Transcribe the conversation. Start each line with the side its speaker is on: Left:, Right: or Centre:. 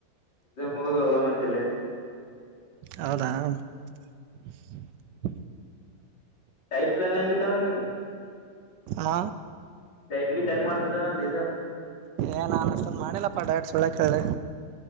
Left: ಎಕ್ಸಾಮ್ ಮುಗುದ್ ಹೋಗಮ್ ಅಂ. ತಿಲ್ಲಿ.
Right: ಹೌದಾ <inaudible>
Left: ಟೈಪ್ ಲೈನ್ ಹೆಂಗಿತ್ ಅಣ್ಣ ನಿಂದು.
Right: ಹ
Left: ಡೈಟ್ ಗಿಟ ಹೆಂಗ್ ಮಾಡ್ತಿದ್ದಣ್ಣ ದಿಸ.
Right: ಏ ನಾನ್ ಅಷ್ಟೊಂದು ಮಾಡಿಲ್ಲಪ್ಪಾ ಡಯೇಟ್ ಸಳ್ ಯಾಕೇಳಿ.